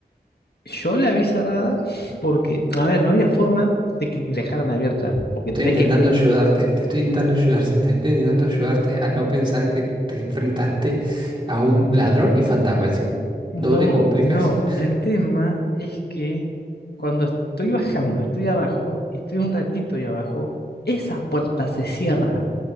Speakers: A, on the left; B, on the right.
A: Yo la vi cerrada porque, a ver, no había forma de que dejaran abierta, porque
B: Estoy
A: tenía
B: intentando
A: que, que
B: ayudarte, te estoy intentando ayudar, Seba, te estoy intentando ayudarte a no pensar que te enfrentaste a un ladrón y fantasma encima.
A: No,
B: Doble complicación.
A: no, el tema es que cuando estoy bajando, estoy abajo y estoy un ratito ahí abajo, esa puerta se cierra.